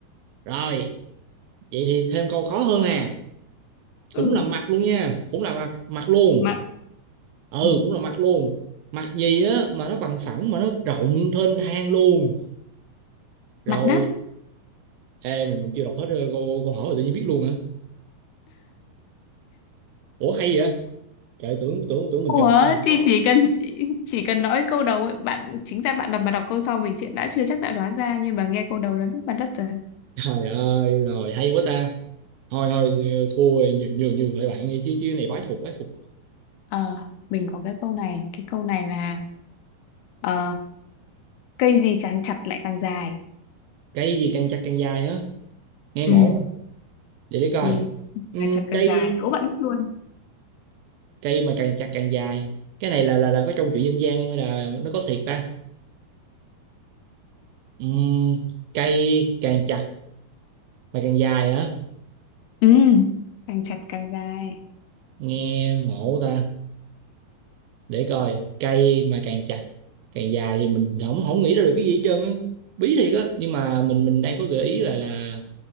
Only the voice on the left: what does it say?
Ừ,
Mặt
ừ,
mặt đất.
Ủa
thì
chỉ cần chỉ cần nói câu đầu ấy, bạn chính ra bạn đọc mà đọc câu sau mình chuyện đã chưa chắc đã đoán ra nhưng mà nghe câu đầu là biết mặt đất rồi.
Ờ, mình có cái câu này, cái câu này là ờ, cây gì càng chặt lại càng dài.
Ừ.
ừ.
càng chặt càng
dài đố bạn mất luôn
Ừ, càng chặt càng dài.